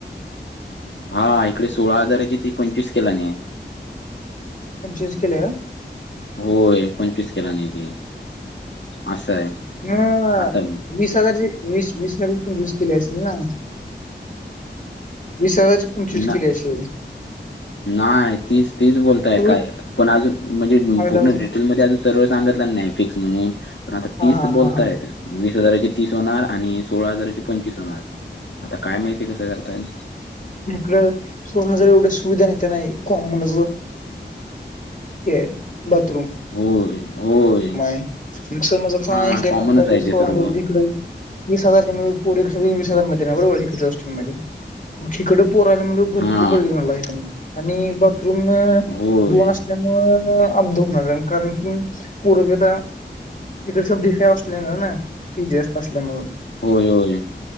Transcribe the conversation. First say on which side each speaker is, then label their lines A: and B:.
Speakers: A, on the left (about 80°); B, on the left (about 45°).
A: हा इकडे सोळा हजाराची ती पंचवीस केला नाही
B: त्यां चूज केलय का?
A: होय पंचवीस केलानीेत असं आहे.
B: हम
A: आता
B: वीस हजारची वीस वीस हज पणूज केली असेल ना वीस हजार चूज
A: ना
B: केली असतील
A: नाही तीच तीच बोलताय
B: एवढी
A: काय पण अजून म्हणजे
B: आयला
A: पूर्ण
B: मग
A: डिटेलमध्येध्ये अजून सर्व सांगितला नाही फिक्स म्हणून पण आता
B: हा
A: तीस
B: हा
A: बोलतायत
B: हा हा
A: वीस हजाराचे तीस होणार आणि सोळा हजाराचे पंचवीस होणार आता काय माहिती कसं करताई
B: क सोळा हजार एवढे सुविधा नाहीेत नाही कॉम म्हण ह बाथरूम
A: होय. होय
B: मय मग सर मजा
A: हा कॉमनच
B: कबरी
A: आहे ते
B: सो
A: सर्व
B: इकडे वीस हजार वीस हजार मध्ये बरोबरध्ये मग हिकडं पोराला म्हणजे भरपूर
A: हा
B: गरदी होणारला आणि बाथरूम
A: होय
B: दोन त्या मुळे अब्दु होणार आहे कारण की, पूर्पता इकडे स दिखाय असल्या ना की जास्त असल्यामुळ..
A: होय होय